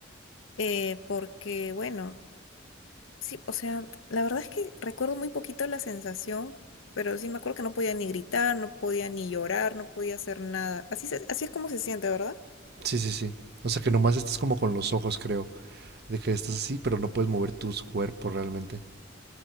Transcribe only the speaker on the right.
Sí, sí, sí. O sea, que nomás estás como con los ojos, creo, de que estás así, pero no puedes mover tus cuerpos realmente,